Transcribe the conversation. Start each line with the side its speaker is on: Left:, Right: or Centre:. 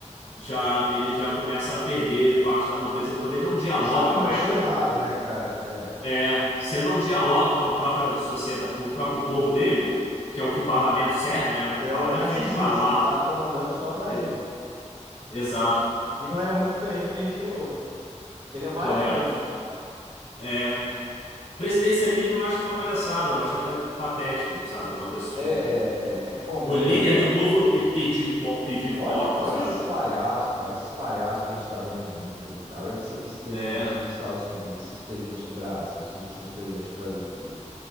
Left: já ele já começa a perder parte da nobreza. Quando ele não dialoga
Right: Já começou
Left: mais com,
Right: errado, né, cara? É.
Left: é, se ele não dialoga com a própria sociedade, com o próprio povo dele, que é o que o parlamento serve, né? O
Right: É
Left: parlamento
Right: o narcisista,
Left: vem de parlar.
Right: ele tá comandando só pra
Left: É,
Right: ele.
Left: exato,
Right: E não é muito diferente do que a gente tem hoje. Seria mais
Left: correto.
Right: do mesmo, né?
Left: É, Presidencialismo eu acho uma palhaçada, eu acho até patético, sabe? Uma pessoa,
Right: É, é,
Left: um, um-
Right: é é cômico.
Left: o líder
Right: é-
Left: do povo e pedir, po- pedir voto,
Right: Olha, olha
Left: sabe?
Right: esses palhaços, cara. Esses palhaços que a gente tá vendo no mundo aí, cara. Olha esse, esse presidente
Left: É,
Right: dos Estados Unidos, esses presidentes do Brasil, esses últimos presidentes que o Brasil teve.